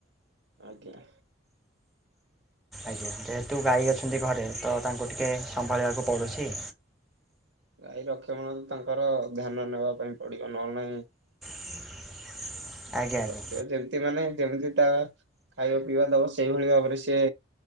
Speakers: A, on the right; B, in the centre.
A: ଆଜ୍ଞା।
B: ଆଜ୍ଞା ଯେହେତୁ ଗାଈ
A: ଆଉ
B: ଅଛନ୍ତି ଘରେ ତ ତାଙ୍କୁ ଟିକେ ସମ୍ଭାଳିବାକୁ ପଡ଼ୁଛି।
A: ଗାଈରକ୍ଷମଣ ତାଙ୍କର ଧ୍ୟାନ ନେବା ପାଇଁ ପଡିବ ନହେଲେ ନାହିଁ।
B: <inaudible> ଆଜ୍ଞା
A: ରଖିବା ଯେମିତି ମାନେ ଯେମିତି ତା ଖାଇବା ପିଇବା ଦବ ସେଇଭଳି ଭାବରେ ସିଏ